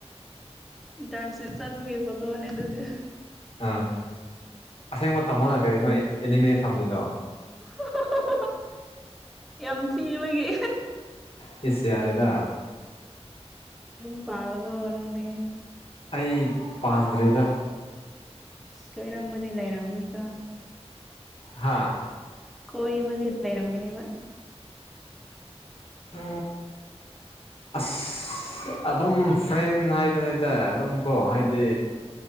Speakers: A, in the centre; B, on the left (about 60°).
A: ꯇꯥꯟꯁꯤꯜ ꯁꯄꯒꯤ ꯐꯣꯇꯣꯅꯤ ꯑꯗꯨꯗꯤ
B: ꯑꯥ ꯑꯁꯦꯡꯕ ꯊꯝꯃꯣꯅ ꯀꯔꯤ ꯅꯣꯏ ꯑꯦꯅꯤꯃꯦ ꯊꯝꯃꯤꯗꯣ
A: <unintelligible> ꯌꯥꯝ ꯊꯤꯕꯒꯤ
B: ꯁꯤꯁ ꯌꯥꯔꯦꯗ
A: ꯌꯨꯝ ꯄꯥ ꯑꯂꯕ ꯑꯣꯏꯔꯗꯤ
B: ꯑꯩ ꯄꯥꯟꯗ꯭ꯔꯦꯗ
A: ꯀꯣꯏꯔꯝꯕꯗꯤ ꯂꯥꯏꯔꯃꯅꯤ ꯀ
B: ꯍꯥꯥ
A: ꯀꯣꯏꯕꯗꯤ ꯏ ꯂꯩꯔꯝꯒꯅꯦꯕ
B: ꯎ ꯑꯁ ꯑꯗꯨꯝ ꯐ꯭ꯔꯦꯟ ꯍꯥꯏꯗꯨꯅꯤꯗ ꯑꯗꯨꯝ ꯀꯣ ꯍꯥꯏꯗꯤ